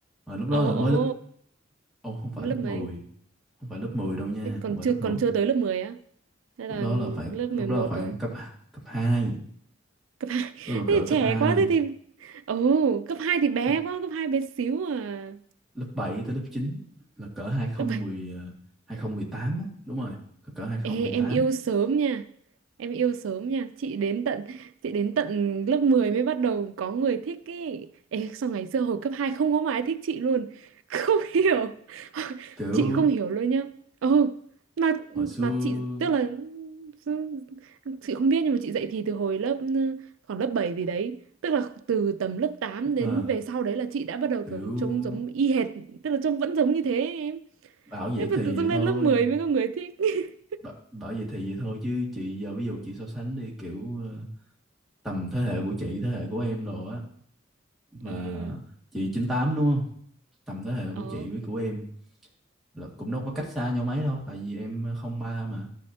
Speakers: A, in the centre; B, on the right.
A: mà lúc
B: Ồ
A: đó là mới
B: ồ,
A: lớp ồ không phải
B: lớp
A: lớp
B: mấy?
A: mười không phải lớp 10 đâu nha
B: Thế Còn
A: không phải
B: chưa
A: lớp mười
B: còn chưa tới lớp 10 á? Hay
A: lúc
B: là
A: đó là phải
B: lớp
A: lúc
B: mười
A: đó
B: một
A: là khoảng
B: rồi?
A: cấp cấp hai
B: Cấp hai <laughs> Thế
A: rồi cỡ
B: thì
A: cấp
B: trẻ
A: hai
B: quá thế thì Ồ, cấp 2 thì bé
A: lớp
B: quá, cấp 2 bé xíu à.
A: lớp 7 tới lớp chín là cỡ 2010
B: Lớp
A: ờ, 2018 á đúng rồi cỡ hai không
B: Ê,
A: mười
B: em
A: tám
B: yêu sớm nha em yêu sớm nha chị đến tận chị đến tận lớp 10 mới bắt đầu có người thích ý Ê, sao ngày xưa hồi cấp 2 không có mà ai thích chị luôn <laughs> không hiểu
A: <laughs> kiểu
B: chị không hiểu luôn nhá ừ mà
A: hồi xưa
B: mà chị tức là ừ, chị không biết nhưng mà chị dạy thì từ hồi lớp ừ, khoảng lớp 7 gì đấy tức là từ tầm lớp 8 đến
A: à,
B: về sau đấy là chị đã bắt đầu
A: kiểu
B: kiểu trông giống y hệt tức là trông vẫn giống như thế em
A: bảo vậy
B: thế mà
A: thì
B: tự dưng
A: vậy
B: lên
A: thôi
B: lớp 10 mới có người thích <laughs>
A: bảo, bảo vậy thì vậy thôi chứ chị giờ ví dụ chị so sánh đi kiểu ờ, tầm thế hệ của chị thế hệ của em đồ á mà
B: ừ
A: chị chín tám đúng không tầm thế hệ của
B: ờ
A: chị với của em là cũng đâu có cách xa nhau mấy đâu tại vì em không ba mà